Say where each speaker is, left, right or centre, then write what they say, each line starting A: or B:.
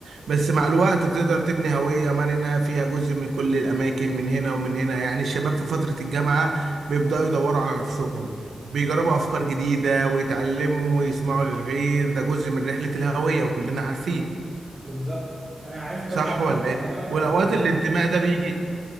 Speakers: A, on the right; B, on the right.
A: بس مع الوقت بتقدر تبني هوية مرنة فيها جزء من كل الأماكن من هنا ومن هنا يعني الشباب في فترة الجامعة بيبدأوا يدوروا على نفسهم بيجربوا افكار جديده ويتعلموا ويسمعوا للغير ده جزء من رحله الهويه وكلنا عارفين
B: بالظبط انا عايز برضو
A: صح
B: اكد
A: ولا
B: على
A: ايه
B: كلامك
A: والاوقات
B: بحاجة
A: الانتماء ده بيجي